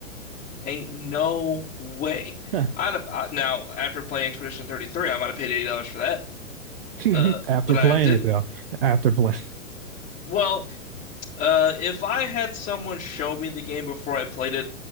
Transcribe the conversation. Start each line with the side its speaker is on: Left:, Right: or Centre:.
Left: Ain't no way.
Right: Huh.
Left: I'd have, I, now after playing Expedition 33, I might have paid $80 for that.
Right: <laughs>
Left: Uh,
Right: After
Left: but I
Right: playing
Left: didn't.
Right: it though. After playing.
Left: Well, uh, if I had someone show me the game before I played it